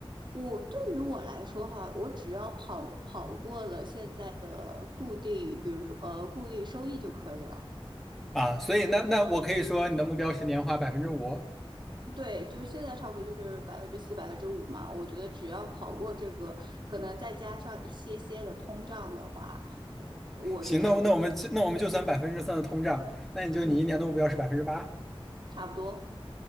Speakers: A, on the right; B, in the centre.
A: 我对于我来说哈，我只要跑跑过了现在的固定，比如说呃固定收益就可以了。
B: 啊，所以那那我可以说你的目标是年化百分之五，
A: 对，就是现在差不多就是百分之四、百分之五嘛。我觉得只要跑过这个，可能再加上一些些的通胀的话，呃，我觉得我
B: 行，那我那我们就那我们就算百分之三的通胀，那你就你一年的目标是百分之八。
A: 嗯差不多，